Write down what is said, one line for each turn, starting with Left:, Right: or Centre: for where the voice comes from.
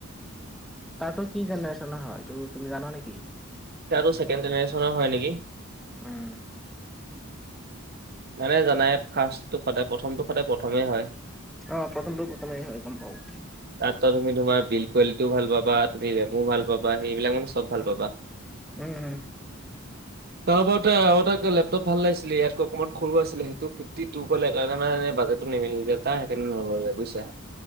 Centre: তাতো কি জেনেৰেশ্যনৰ হয় এইটো তুমি জানা নেকি।
Right: তাতো ছেকেণ্ড জেনেৰেশ্যনৰ হয় নেকি।
Centre: উম,
Right: মানে জানাই ফাৰ্ষ্টটো সদায় প্ৰথমটো সদায় প্ৰথমেই হয়।
Centre: অ প্ৰথমটো প্ৰথমে হয় গম পাওঁ,
Right: তাত তুমি তোমাৰ বিল কোৱালিটিও ভাল পাবা তুমি ৰেমু ভাল পাবা সেইবিলাক মানে চব ভাল পাবা।
Centre: উম উম,
Right: তাৰপতে আৰু এটা লেপটপ ভাল লাগিছিলে ইয়াত ক, সৰু আছিলে সেইটো ফিফটি টু কলে মানে বাজেটো নিমিলিলে সেইটো কাৰণে নললে।